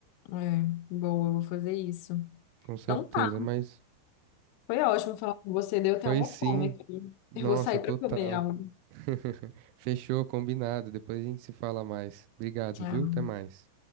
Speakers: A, on the left; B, on the right.
A: É, boa, eu vou fazer isso.
B: com certeza,
A: Então tá,
B: mas
A: foi ótimo falar com você, deu até
B: foi
A: uma
B: sim.
A: fome aqui.
B: Nossa,
A: Eu vou sair
B: total.
A: para comer algo.
B: <laughs> Fechou, combinado. Depois a gente se fala mais. Obrigado,
A: Tchau.
B: viu? Até mais.